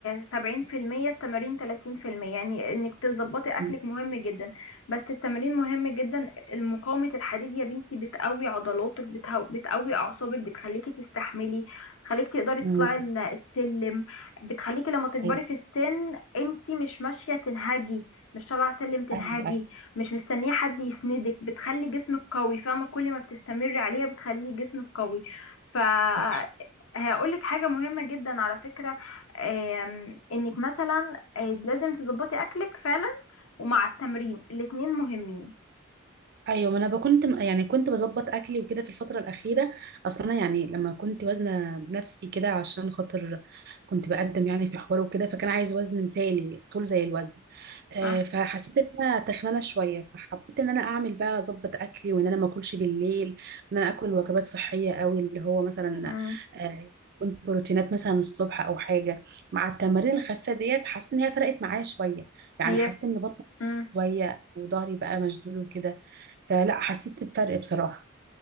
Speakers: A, on the left; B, on the right.
A: سبعين في المية التمارين تلاتين في المية يعني إنك تظبطي أكلك
B: م-
A: مهم جدا بس التمارين مهم جدا مقاومة الحديد يا بنتي بتقوي عضلاتك بتهو بتقوي أعصابك بتخليكي تستحملي بتخليكي تقدري تطلعي
B: م-
A: ال- السلم بتخليكي لما تكبري
B: ايوه
A: في السن انتي مش ماشية تنهجي مش طالعة سلم تنهجي
B: ايوه ايوه
A: مش مستنية حد يسندك بتخلي جسمك قوي فاهمة كل ما بتستمري عليها بتخلي جسمك قوي فهقول
B: صح
A: لك حاجة مهمة جدا على فكرة آم، انك مثلا آه، لازم تظبطي اكلك فعلا ومع التمرين الاتنين مهمين
B: ايوه ما انا ب- كنت م- يعني كنت بظبط اكلي وكده في الفتره الاخيره اصلا انا يعني لما كنت وزنه نفسي كده عشان خاطر كنت بقدم يعني في حوار وكده فكان عايز وزن مثالي طول زي الوزن آه،
A: صح
B: فحسيت ان انا تخنانه شويه فحبيت ان انا اعمل بقى اظبط اكلي وان انا ما اكلش بالليل وان انا اكل وجبات صحيه قوي اللي هو مثلا
A: مم.
B: آه، يكون بروتينات مثلا الصبح او حاجه مع التمارين الخفيفه ديت حسيت ان هي فرقت معايا شويه يعني
A: هي
B: حسيت ان بطني
A: مم.
B: شويه وظهري بقى مشدود وكده فلا حسيت بفرق بصراحة